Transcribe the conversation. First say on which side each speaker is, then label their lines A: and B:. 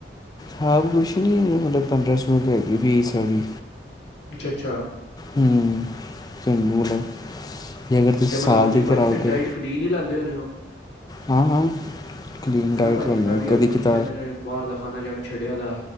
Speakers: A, on the left; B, on the left.
A: ਖ਼ਬ ਕੁਛ ਨਹੀਂ ਮਤਲਬ ਪੰਦਰਾਂ ਸੌ ਰਪਏਗੀ ਫੀਸਡੀ,
B: ਅੱਛਾ-ਅੱਛਾ,
A: ਹੂੰ, <unintelligible> ਜੇ ਅਗਰ ਤੁਸੀਂ
B: ਤੇ
A: ਸਾਲ
B: ਮਤਲਬ
A: ਦੀ
B: ਭਾਜੀ
A: ਕਰਾਗੇ
B: ਫਿਰ ਡਾਇਟ ਕਲੀਨ ਹੀ ਲੈਂਦੇ ਹੋਣੇ ਹੋ
A: ਹਾਂ ਹਾਂ, ਕਲੀਨ ਡਾਈਟ
B: ਹਨਾ ਭਾਜੀ
A: ਕਹਦੇ
B: ਮੈਂ ਵੀ
A: ਐ
B: ਆਪਣਾ
A: ਕਦੇ ਕਿ
B: ਕੀ
A: <unintelligible>
B: ਕਹਿੰਦੇ ਨੇ ਬਾਹਰ ਦਾ ਖਾਣਾ ਜਿਵੇਂ ਛੱਡਿਆ ਦਾ